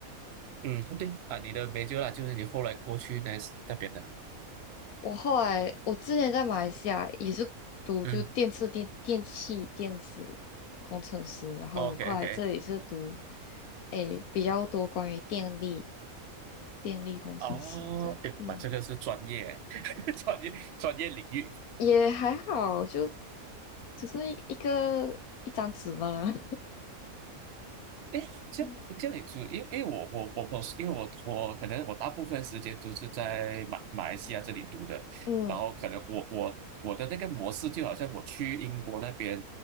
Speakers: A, on the right; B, on the left.
A: 嗯，对啊，你的 major 啦，就是你后来过去那那边的。
B: 我后来我之前在马来西亚也是读就电次电电器电子工程师，
A: 嗯
B: 然后我过来这里是读
A: ，OK OK。
B: 诶比较多关于电力电力工程师这样，
A: 哦，哎，
B: 嗯，
A: 哇，这个是专业，<laughs> 专业专业领域。
B: 也还好，就只是一一个一张纸罢了。
A: 对，哎，
B: <laughs>
A: 这样这样也注意，因为因为我我我我，因为我我可能我大部分时间都是在马马来西亚这里读的，
B: 嗯
A: 然后可能我我我的那个模式就好像我去英国那边